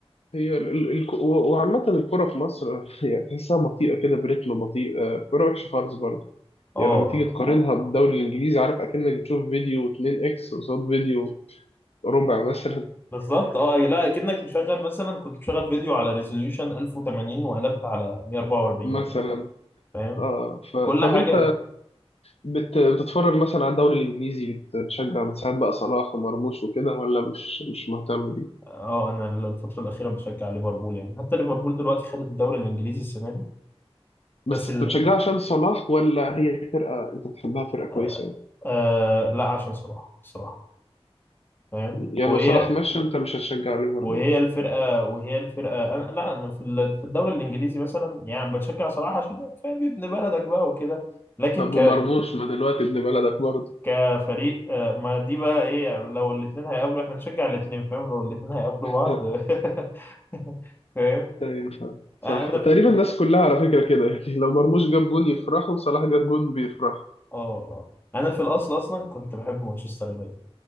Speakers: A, on the left (about 75°); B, on the left (about 20°).
A: هي ال ال ال وعامة الكرة في مصر <laughs> يعني تحسها بطيئة كده بريتم بطيء آه، الكرة وحشة خالص برضه
B: اه
A: يعني لما تيجي تقارنها بالدوري الإنجليزي عارف أكنك بتشوف فيديو 2 إكس قصاد فيديو ربع مثلا
B: بالظبط اه لا كأنك مشغل مثلا كنت مشغل فيديو على ريزوليوشن 1080 وقلبت على 144
A: <laughs> مثلا
B: فاهم
A: اه فطب
B: كل حاجة
A: أنت بت بتتفرج مثلا على الدوري الإنجليزي بت- بتشجع من ساعات بقى صلاح ومرموش وكده ولا مش مش مهتم
B: اه انا الفترة الأخيرة بشجع ليفربول يعني حتى ليفربول دلوقتي خدت الدوري الإنجليزي السنة دي بس
A: بس
B: ال...
A: انت بتشجع عشان صلاح ولا هي فرقة انت بتحبها فرقة
B: آه...
A: كويسة يعني
B: آه... لا عشان صلاح الصراحة فاهم
A: يعني
B: وهي
A: لو صلاح مشى انت مش هتشجع ليفربول
B: وهي الفرقة وهي الفرقة أنا... لا أنا في ال- في الدوري الإنجليزي مثلا يعني بشجع صلاح عشان فاهم ابن بلدك بقى وكده لكن
A: طب
B: ك...
A: ومرموش ما دلوقتي ابن بلدك برضه
B: كفريق آه، ما دي بقى ايه يعني لو الاثنين هيقابلوا احنا نشجع الاثنين فاهم لو الاثنين هيقابلوا بعض
A: <laughs>
B: <laughs> فاهم
A: ايوه فاهم. صح
B: انا
A: تقريبا الناس كلها على فكرة كده يعني لو مرموش جاب جون يفرحوا وصلاح جاب جون بيفرحوا
B: اه اه انا في الاصل اصلا كنت بحب مانشستر يونايتد